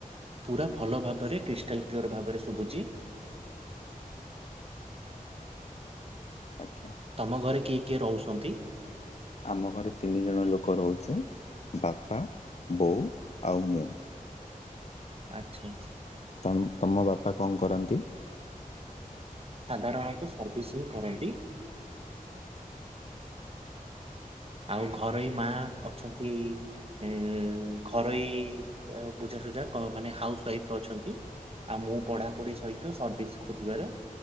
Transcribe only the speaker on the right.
ପୁରା ଭଲ ଭାବରେ କ୍ରୀ <unintelligible> ଭାବରେ ଶୁଭୁଚି। <inaudible>
ତମ ଘରେ କିଏ କିଏ ରହୁଛନ୍ତି।
ଆଚ୍ଛା ଆଚ୍ଛା।
ସାଧାରଣତଃ ସର୍ଭିସିଂ କରନ୍ତି। <inaudible> ଆଉ ଘରୋଇ ମା ଅଛନ୍ତି ଏ ଘରୋଇ ବୁଝାସୁଝା ମାନେ ହାଉସ ୱାଇଫ ଅଛନ୍ତି, ଆଉ ମୁଁ ପଢାପଢି ସହିତ ସର୍ଭିସ ଖୋଜିବାର